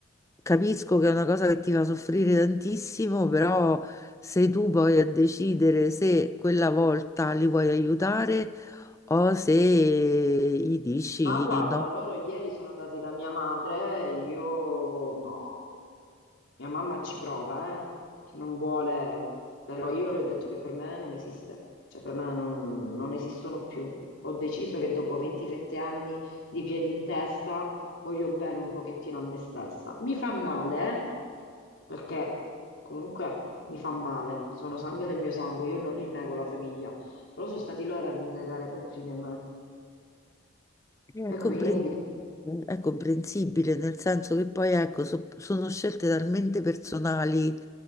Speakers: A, on the left (about 15°); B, on the left (about 65°).
A: capisco che è una cosa che ti fa soffrire tantissimo, però sei tu poi a decidere se quella volta li vuoi aiutare o se gli dici
B: Ma guarda,
A: no.
B: loro ieri sono andati da mia madre, io no. Mia mamma ci prova, eh, che non vuole, però io le ho detto che per me non esiste, cioè per me non, non esistono più. Ho deciso che dopo 27 anni di piedi in testa voglio bene un pochettino a me stessa. Mi fa male, eh, perché comunque mi fa male, sono sangue del mio sangue, io non rinnego la famiglia, però sono stati loro a rinnegare per primi me
A: È
B: e
A: compren-
B: quindi
A: è comprensibile, nel senso che poi ecco, so- sono scelte talmente personali